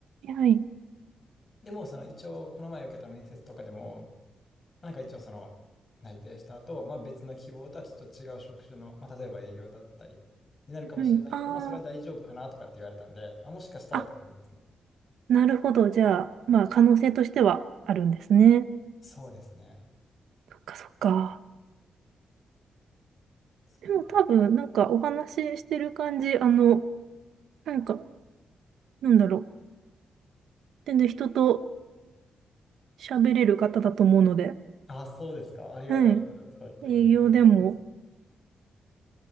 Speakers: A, on the right; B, on the left.
A: は <laughs> い。
B: でもその一応この前受けた面接とかでも、なんか一応その内定した後、まあ別の希望とはちょっと違う職種の、まあ例えば営業だったりになるかもしれないけど、
A: はい。あ
B: まあそれは大丈夫かなとかって言われたんで、あ、もしかしたらって感じですね。
A: あ、あ、なるほど。じゃあ、まあ、可能性としてはあるんですね。
B: そうですね。
A: そっか、そっか。
B: そう。
A: でも多分、なんかお話ししてる感じ、あの、なんか、なんだろう。全然人と喋れる方だと思うので、
B: あ、そうですか。ありがたいです。
A: はい。
B: そう言っていただけると。
A: 営業でも、
B: そ